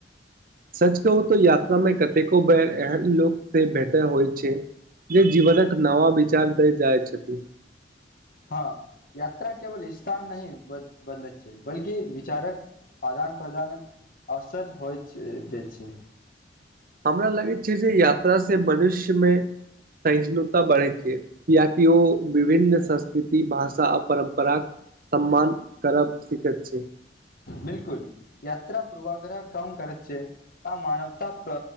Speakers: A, on the right; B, on the left.
A: सच कहू तोऽ यात्रा मे कतेको बैर एहन लोक से भेटय होइ छै। जे जीवन नवा विचार दै जाइ छथि।
B: हँ यात्रा केवल इस्थान नहि बद बदलैत छै बल्कि विचारक। आदान प्रदानक अवसर होइत छैय देयत छैय।
A: हमरा लागै छै जे यात्रा से मनुष्य मे सहिष्णुता बढ़ैत छै। कियाकि ओ विभिन्न संस्कृति भाषा आ परम्पराक। सम्मान करब सिखैत छै।
B: बिल्कुल यात्रा पूर्वग्रह काम करत छै आ मानवता प